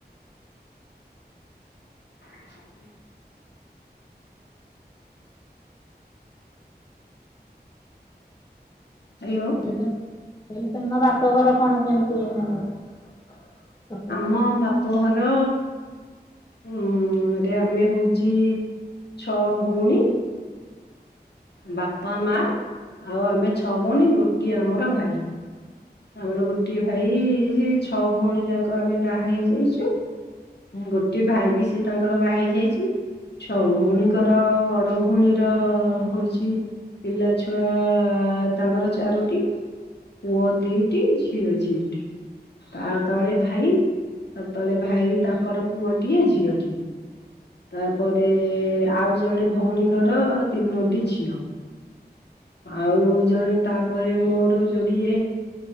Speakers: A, on the left; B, on the left.
A: ହୁଁ। ହ୍ୟାଲୋ
B: ହେଲେ ତ ହେଲେ ତମ ବାପ ଘର କଣ କେମିତି ମାନେ? <inaudible>
A: ହଁ ବାପଘର ଉ ରେ ଆମେ ହଉଚି ଛଅ ଭଉଣୀ। ବାପା ମା ଆଉ ଆମେ ଛଅ ଭଉଣୀ ଗୋଟିଏ ଆମର ଭାଇ। ଆମର ଗୋଟିଏ ଭାଇ ଯେ ଛଅ ଭଉଣୀ ଯାକ ଆମେ ବାହା ହେଇଯାଇଛୁ। ହୁଁ ଗୋଟିଏ ଭାଇ ବି ସେ ତାଙ୍କର ବାହା ହେଇଯାଇଚି। ଛଅ ଭଉଣୀଙ୍କର ବଡ ଭଉଣୀର ହଉଚି ପିଲା ଛୁଆ ତାଙ୍କର ଚାରୋଟି। ପୁଅ ଦିଟି ଝିଅ ଝିଟି। ତା ତଳେ ଭାଇ ତା ତଳେ ଭାଇ ତାଙ୍କର ପୁଅଟିଏ ଝିଅଟିଏ। ତାପରେ ଆଉ ଜଣେ ଭଉଣୀଙ୍କର ତିନୋଟି ଝିଅ। ଆଉ ଜଣେ ତାପରେ ମୋର ଯୋଡିଏ